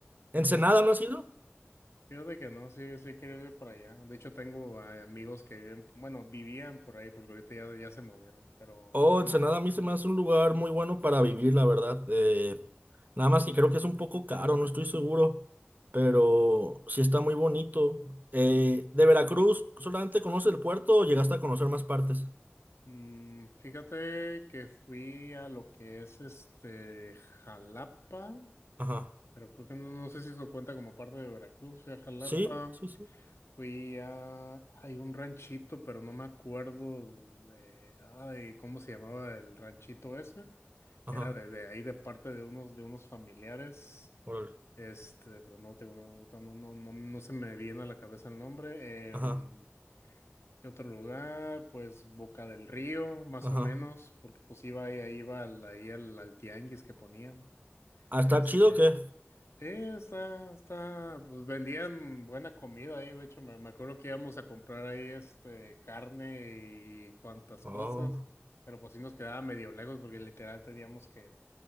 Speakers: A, on the right; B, on the left.
A: ¿Ensenada no has ido?
B: Fíjate que no, sí, sí quiero ir para allá. De hecho, tengo eh, amigos que viven, bueno, vivían por ahí, porque ahorita ya, ya se movieron, pero,
A: Oh,
B: ah,
A: Ensenada
B: no.
A: a mí se me hace un lugar muy bueno para vivir, la verdad. Eh, nada más que creo que es un poco caro, no estoy seguro, pero sí está muy bonito. Eh, ¿de Veracruz solamente conoces el puerto o llegaste a conocer más partes?
B: Mm, fíjate que fui a lo que es este Jalapa,
A: Ajá.
B: pero creo que no, no sé si eso cuenta como parte de Veracruz. Fui a Jalapa.
A: Sí, sí, sí.
B: Fui a, hay un ranchito, pero no me acuerdo de, ay, ¿cómo se llamaba el ranchito ese?
A: Ajá.
B: Que era de, de ahí de parte de unos, de unos familiares,
A: Órale.
B: este, pero no, te digo, no, ahorita no, no, no, no se me viene a la cabeza el nombre.
A: Ajá,
B: Em, ¿qué otro lugar? Pues Boca del Río, más
A: ajá.
B: o menos, porque pues iba ahí, ahí iba al, ahí al, al tianguis que ponían.
A: ¿Ah,
B: este
A: está chido o qué?
B: Sí, está, está, pues vendían buena comida ahí, de hecho me, me acuerdo que íbamos a comprar ahí este carne y cuantas
A: Oh,
B: cosas, pero pues sí nos quedaba medio lejos porque literal teníamos que,